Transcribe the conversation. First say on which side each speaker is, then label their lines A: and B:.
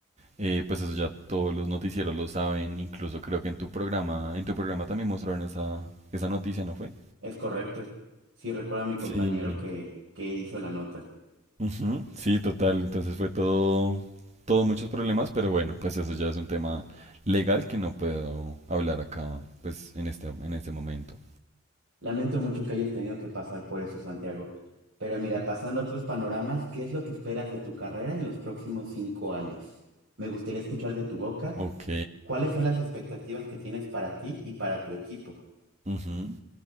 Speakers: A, on the right; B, on the right.
A: Eh, pues eso ya todos los noticieros lo saben, incluso creo que en tu programa, en tu programa también mostraron esa, esa noticia, ¿no fue?
B: Es correcto. Sí, recuerdo a mi compañero
A: Sí.
B: que, que hizo la nota.
A: Ujú, Sí, total. Entonces fue todo, todo muchos problemas, pero bueno, pues eso ya es un tema legal que no puedo hablar acá, pues en este, en este momento.
B: Lamento mucho que hayas tenido que pasar por eso, Santiago. Pero mira, pasando a otros panoramas, ¿qué es lo que esperas de tu carrera en los próximos cinco años? Me gustaría escuchar de tu boca
A: Ok.
B: cuáles son las expectativas que tienes para ti y para tu equipo.
A: ujú.